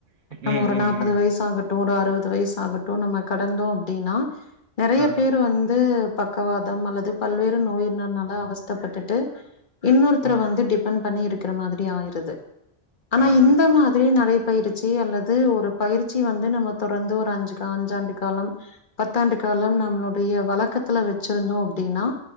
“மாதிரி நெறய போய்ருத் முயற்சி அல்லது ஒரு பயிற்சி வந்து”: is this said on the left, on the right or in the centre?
Left